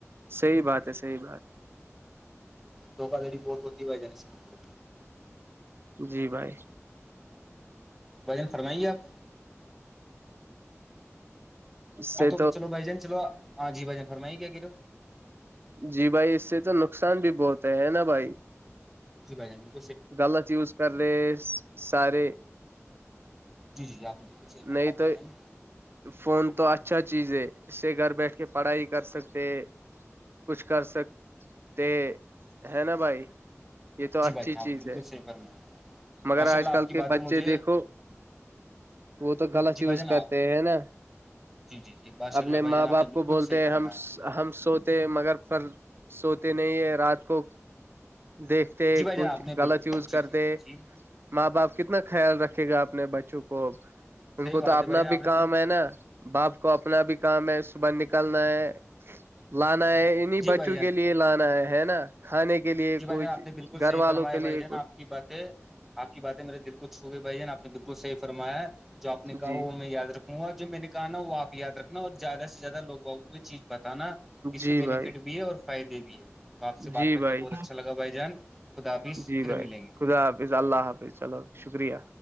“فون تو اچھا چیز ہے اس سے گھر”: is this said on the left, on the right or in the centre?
Right